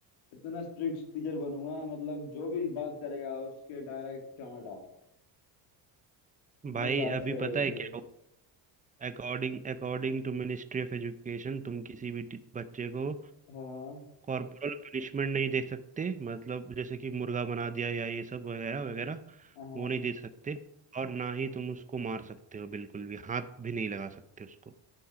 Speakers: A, on the left; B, on the right.
A: इतना स्ट्रिक्ट टीचर बनूंगा मतलब जो भी बात करेगा उसके डायरेक्ट चांटा
B: भाई
A: मजाक
B: अभी
A: से
B: पता
A: हट
B: है
A: के
B: क्या according according to ministry of education तुम किसी भी टी- बच्चे को
A: हाँ
B: कॉर्पोरल पनिशमेंट नहीं दे सकते मतलब जैसे कि मुर्गा बना दिया या ये सब वगैरह वगैरह
A: हाँ
B: वो नहीं दे सकते और ना ही तुम उसको मार सकते हो बिल्कुल भी हाथ भी नहीं लगा सकते उसको